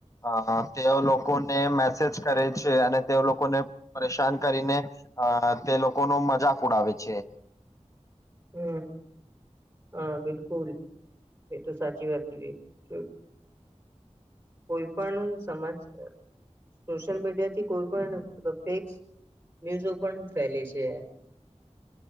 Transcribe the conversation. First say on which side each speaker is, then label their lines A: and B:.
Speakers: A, on the left; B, on the right.
A: અ તે લોકોને મેસેજ કરે છે અને તે લોકોને પરેશાન કરીને, અ તે લોકોનો મજા ઉડાવ છે.
B: હમ, હા બિલકુલ, એતો સાચી વાત છે. કોઈ પણ સમાજ સોશિયલ મીડિયાથી કોઈ પણ ફેક ન્યુઝો પણ ફેલે છે.